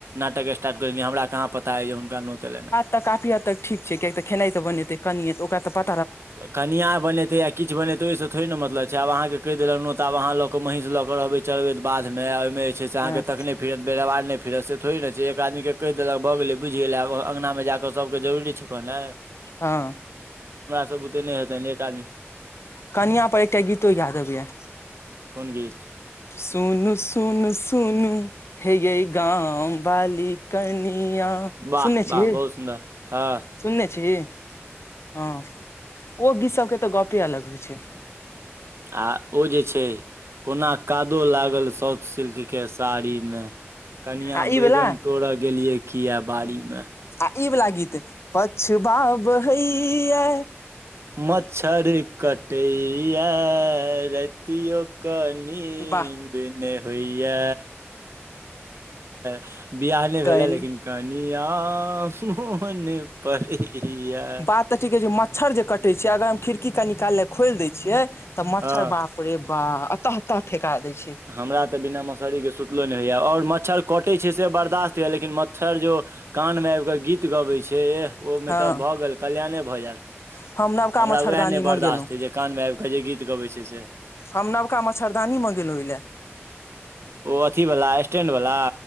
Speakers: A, on the right; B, on the left.
A: नाटक स्टार्ट कर हमरा कहाँ पता हय जे हुनका नोत एले
B: त काफी हद तक ठीक छै किय तऽ खेनाइ तऽ बनेतैनिय त ओकराऽ प
A: कनिया बनेतै या किछ बनेतै ओहिसँ थोेरी ने मतलब छै आब अहा के क के देलक न तबह ल के मेहं ल के रहे छय चढ़बैत बादमे ओहि में जे छै से
B: हँ
A: अहाँके तखने फिरत बेरवार नहि फित से थोड़े ने छै एक आदमीके कहि देलक भऽ गेलै बुझि गेल आ अँगनामे जाकऽ सभके जरूरी छै कहलहुै
B: हं
A: सब बत नय हतै एक आदमी
B: कनिआँ पर एकटा गीतो याद अबय या
A: कोन गीत
B: सुनू सुन सुनू हे यय गाम बाली कनिया
A: वाह
B: सुनने छी
A: वाह बहुत सुन्दर हँ
B: सुनने छी हँ ओ गीत सबके तऽ गपे अलग होइ छय
A: आ ओ जे छय कोना कादो लागल शौ सिल्क के साड़ी में कनिया
B: आ ई
A: बैगन
B: वला
A: तोरो गेलिये किया बाड़ी में
B: आ ई वला गीत छै पछबा बहैया
A: मच्छर कटइया रतियओ कऽ नीन्द
B: वाह
A: नहि होइया <unintelligible> बियाह नहि
B: कनि
A: भेले लेकिन कनि आ मो नहि पड़ैय
B: बात तऽ की कहे छै मच्छर जे कटे छय अगर हम खिड़की क निकाल ले खोल द छियइ तऽ मच्छर
A: हँ
B: बाप रे बा आ तह तह ठेका दै छय
A: हमरा तऽ बिना मसहरीके सुतलो नय होइए आओर मच्छर कटै छै से बर्दश्त होइए लेकिन मच्छर जो कानमे आबि कऽ गीत गबैत छै एह ओहि में
B: हँ
A: तऽ भऽ गेल कल्याणे भऽ जायत
B: हम नवका
A: हमरा
B: मच्छरदानी
A: उ है नहि बर्दाश्तए
B: मंगेलहुँ
A: जे कानमे आबि कऽ जे गीत गबै छै से
B: हम नबका मच्छरदानी मगेलहुँं ओएलै
A: ओ अथी वलला स्टैंड वलला